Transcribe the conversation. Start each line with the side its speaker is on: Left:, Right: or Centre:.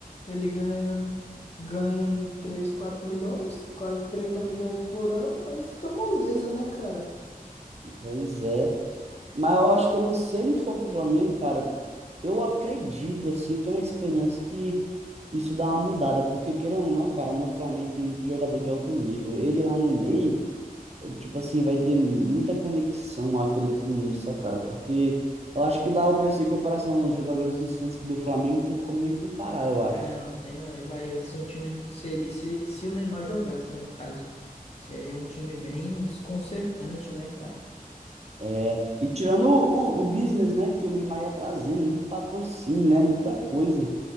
Left: ele ganhando, ganhando 3 4 milhões, quase 30 milhões por ano, aí fica moleza, né, cara?
Right: Pois é. Mas eu acho também, se ele for pro Flamengo, cara. Eu acredito, assim, eu tenho uma experiência que isso dá uma mudada, porque queira ou não, cara, no Flamengo tem muito jogador de alto nível. Ele lá no meio, eu, tipo assim, vai ter muita conexão, eu acredito nisso, ó, cara, porque eu acho que lá eu pensei em comparação aos jogadores do Santos que do Flamengo, não tem como nem comparar, eu acho.
Left: Não, tem não. Aí Vai, vai ser um time. Se, se, se o Neymar jogasse, né, no caso, seria um time bem desconcertante, né, cara?
Right: É, e tirando o, o, o business, né, que o Neymar ia trazer, muito patrocínio, né, muita coisa.